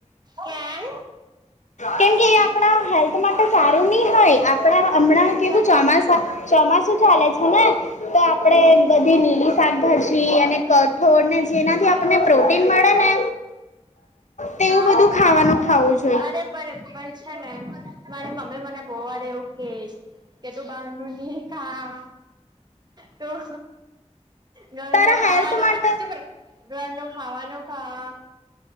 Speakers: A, on the right; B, on the left.
A: કેમ
B: કેમકે એ આપણા હેલ્થ માટે સારું ની હોય આપણા હમણાં
A: અચ્છા
B: કેવું ચોમાસું ચોમાસું ચાલે છે ને તો આપણેે
A: હમ
B: બધી લીલી શાકભાજી અને ક થોડને જેનાથી આપણને પ્રોટીન મળે ને તેવું
A: હા
B: બધું ખાવાનું ખાવું છ
A: અરે પણ પણ છે ને એમ મારી મમ્મી મને બોહ વાર એવું કે કે તું બારણું ની ખા તું ઘર
B: તારા
A: નો ખાવાનું
B: હેલ્થ માટે
A: ચૂપ રે ઘર નુ ખાવાનું ખા